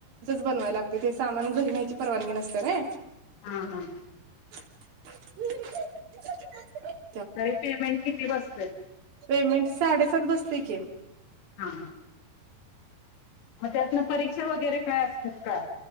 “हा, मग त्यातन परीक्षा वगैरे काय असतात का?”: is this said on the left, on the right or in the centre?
Left